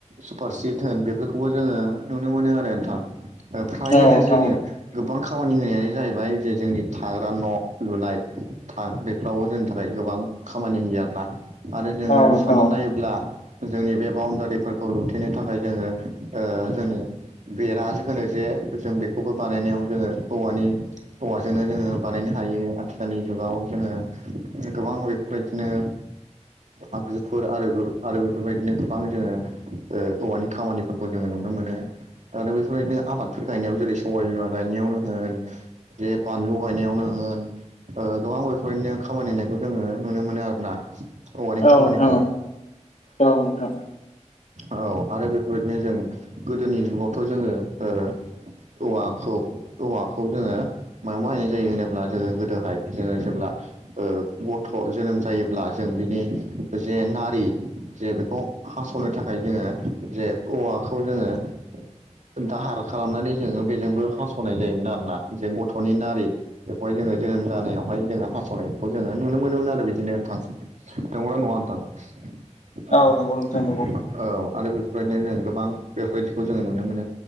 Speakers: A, on the right; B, on the left.
A: सुपारसिट होन बेफोरखौबो जोङो नुनो मोनो आरो नोंथां। ओ फ्रायानो
B: औ नोंथां
A: जोंनि गोबां खामानि होनायानो जाहैबाय जे जोंनि थाग्रा न' लुनाय था बेफ्रावबो जोंनि थाखाय गोबां खामानि होयो आरोना आरो जोङो
B: औ नोंथां
A: साननानै
B: औ
A: नायोब्ला जोंनि बे बाउण्डारि फोरखौ लुथेनो थाखाय जोङो ओ जोंनि बेरा जे होनो जे जों बेखौबो बानाय नायाव जोङो औवानि औवाजोंनो जोंओ बानायनो हायो आथिखालनि जुगाव जोङो गोबां बेफोरबायदिनो आगजुफोर आरो बे आरो बेफोरबायदिनो गोबां जोङो ओ औवानि खामानिफोरखौ जोङो नुनो मोनो‌। आरो बेफोरबायदिनो आबादफोर गायनायाव जेरै सबाय बिमा गायनायावनो होन जे बानलु गायनायावनो हो होन ओ गोबां बेफोरनो खामानि होननायखौ जोङो नुनो मोनो आरो ना। औवानि
B: औ
A: खामानिखौ।
B: नोंथां औ नोंथां।
A: औ आरो बेफोरबायदिनो जों गोदोनि जुगावथ' जोङो ओ औवाखौ औवाखौ जोङो मायाव बाहायनाय जायो होनोब्ला जोङो गोदोहाय जोङो जेब्ला ओ गथ' जोनोम जायोब्ला जों बिनि जे नारि जे बेखौ हास'नो थाखाय जोङो जे औवाखौ जोङो दाहार खालामनानै जोङो बेजोंबो हास'नाय जायोमोन आरोना जों गथ'नि नारि बेखौहाय जोङो जोनोम जानायावहाय जोङो हासावनायखौ जोङो नुनो मोनोमोन आरो बिदिनो नोंथां नंगौ ना नङा नोंथां?
B: <inaudible>
A: औ औ
B: नंगौ नोंथां नंगौ
A: आरो बेफोरबायदिनो जों गोबां बेफोरबायदिखौ जोङो नुनो मोनो